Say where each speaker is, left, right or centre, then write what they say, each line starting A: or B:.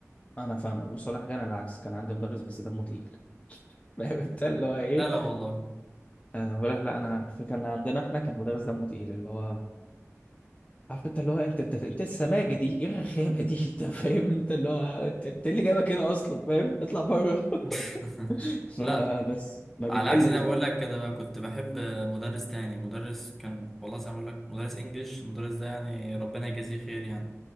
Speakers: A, on the left; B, in the centre.
A: انا فاهمك بصراحه انا العكس كان عندي مدرس بس دمه تقيل <laughs> فاهم انت اللي هو ايه
B: لا لا والله
A: آه بقول لك لا انا الفكره ان عندنا احنا كان مدرس دمه تقيل اللي هو عارف انت اللي هو انت انت, انت السماجه دي ايه الرخامه دي <laughs> انت فاهم انت اللي هو انت, انت إيه اللي جايبك هنا اصلا فاهم اطلع بره
B: <laughs>
A: <laughs> فبس
B: لا
A: ما
B: على
A: بيحلش
B: عكس زي ما بقول لك كده بقى كنت بحب مدرس تاني مدرس كان والله زي ما بقول لك مدرس انجليش المدرس ده يعني ربنا يجازيه خير يعني